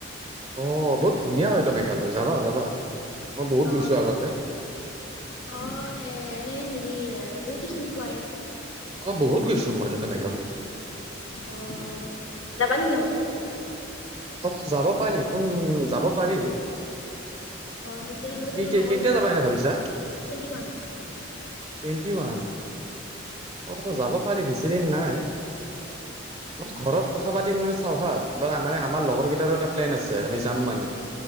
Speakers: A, on the right; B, on the left.
A: অ বহুত ধুনীয়া হয়তো মেঘালয় যাবা যাবা। মই বহুত গৈছো
B: অ
A: আগতে
B: অ এ-এনে সে। সি আ তুমিতো চিনি পোৱাই।
A: অ বহুত গৈছো মই তাতে মেঘালয়।
B: অ, যাবা নেকি আমা ল।
A: অ, যাব পাৰি কোন যাব পাৰি।
B: অ তেতিয়াহ'লে
A: কি-কে-কেতিয়া
B: তোমাৰ লগৰ কোনোবা
A: যাবা এনে ভাবিছা,
B: টুৱেণ্টি ওৱান
A: টুৱেণ্টি ওৱান, অ যাব পাৰি বেছিদিন নাই। মই ঘৰত কথা পাতি মানে চাও হা <unintelligible> আমাৰ লগৰকেইটাৰো এটা প্লেন আছে আমি যাম মানে